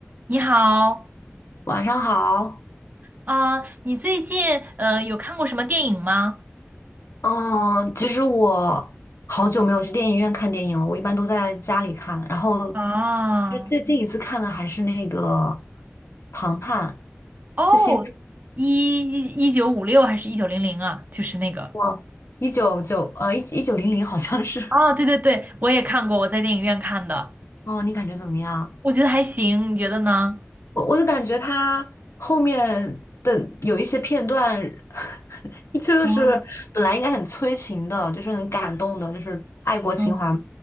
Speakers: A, on the right; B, on the left.
A: 你好，
B: 晚上好，
A: 啊、你最近呃有看过什么电影吗？
B: 嗯，其实我好久没有去电影院看电影了，我一般都在家里看。然后，
A: 啊，
B: 其实最近一次看的还是那个《唐探》，
A: 哦，
B: 就新出
A: 一一一九五六还是一九零零啊？就是那个，
B: 过一九九呃一一九零零好像是。
A: 哦，对对对，我也看过，我在电影院看的，
B: 哦，你感觉怎么样？
A: 我觉得还行，你觉得呢？
B: 我我就感觉他后面的有一些片段，<laughs> 就是本来应该很催情的，
A: 嗯
B: 就是很感动的，就是爱国情怀嘛。
A: 嗯